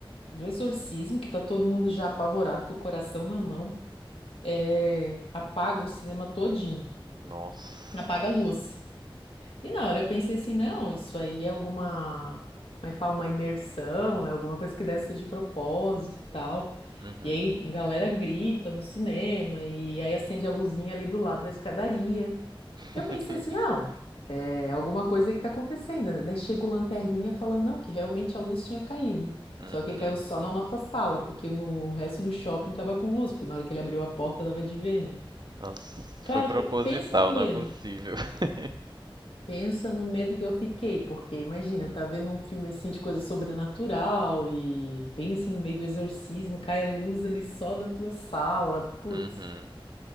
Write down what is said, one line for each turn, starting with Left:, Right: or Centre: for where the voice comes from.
Left: do exorcismo, que tá todo mundo já apavorado com o coração na mão, é, apaga o cinema todinho,
Right: Nossa.
Left: apaga a luz. E na hora eu pensei assim, não, isso aí é alguma, como é que fala, uma imersão, é alguma coisa que deve ser de propósito e tal.
Right: Uhum.
Left: E aí a galera grita no cinema e aí acende a luzinha ali do lado da escadaria.
Right: <laughs>
Left: Eu pensei assim, não. É alguma coisa aí que tá acontecendo, né? Daí chega o lanterninha falando, não, que realmente a luz tinha caído.
Right: Uhum.
Left: Só que caiu só na nossa sala, porque no resto do shopping tava com luz, porque na hora que ele abriu a porta dava de ver, né?
Right: Nossa,
Left: Cara,
Right: foi proposital,
Left: pe- pensa no
Right: não
Left: medo.
Right: é possível. <laughs>
Left: Pensa no medo que eu fiquei, porque imagina, tá vendo um filme assim de coisa sobrenatural e pensa assim, no meio do exorcismo, cai a luz ali só da tua sala. Putz,
Right: Uhum.